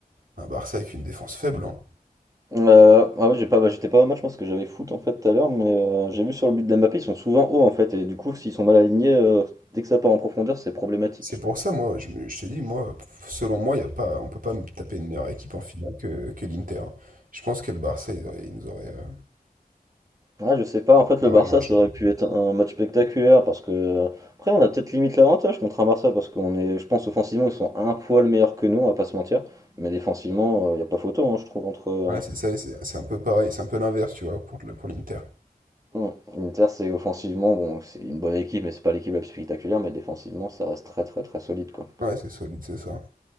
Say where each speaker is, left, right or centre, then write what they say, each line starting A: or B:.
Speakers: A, on the right; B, on the right.
A: un Barça avec une défense faible, hein.
B: Euh, ah oui, j'ai pas, bah, j'étais pas au match, parce que j'avais foot en fait tout à l'heure, mais euh, j'ai vu sur le but d'Mbappé, ils sont souvent hauts en fait, et du coup, s'ils sont mal alignés, euh, dès que ça part en profondeur, c'est problématique.
A: C'est pour ça, moi, je, me- je te dis, moi, selon moi, y a pas, on peut pas me taper une meilleure équipe en finale que, que l'Inter. hein. Je pense que le Barça, ils auraient, ils nous auraient, euh,
B: Ah, je sais pas, en fait
A: ils
B: le
A: auraient
B: Barça
A: moins de
B: ça
A: chance.
B: aurait
A: de gagner.
B: pu être un match spectaculaire parce que après on a peut-être limite l'avantage contre un Barça parce qu'on est, je pense offensivement ils sont un poil meilleurs que nous, on va pas se mentir, mais défensivement il n'y a pas photo hein, je trouve entre euh,
A: Ouais, c'est ça, et c'est c'est un peu pareil, c'est un peu l'inverse, tu vois, pour, le- pour l'Inter.
B: bon, l'Inter c'est offensivement bon c'est une bonne équipe mais c'est pas l'équipe la plus spectaculaire mais défensivement ça reste très très très solide quoi.
A: Ouais, c'est solide, c'est ça.